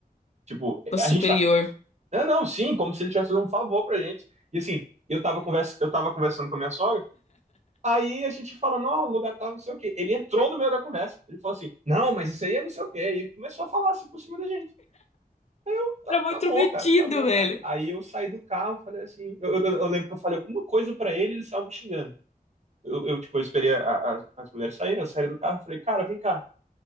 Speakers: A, on the right; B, on the left.
A: tipo,
B: O
A: a
B: superior.
A: gente tá, é, não, sim, como se ele tivesse fazendo um favor pra gente. E assim, eu tava, conversa, eu tava conversando com a minha sogra, aí a gente falando, ó, o lugar tava não sei o quê. Ele entrou no meio da conversa. Ele falou assim, não, mas isso aí é não sei o quê. E começou a falar assim por cima da gente. Aí eu, tá,
B: Era muito
A: tá bom,
B: metido,
A: cara, tá bom,
B: velho.
A: cara. Aí eu saí do carro, falei assim, eu, eu- eu lembro que eu falei alguma coisa pra ele, ele saiu me xingando. Eu, eu, tipo, eu esperei a- as as mulheres saírem, eu saí do carro e falei, cara, vem cá,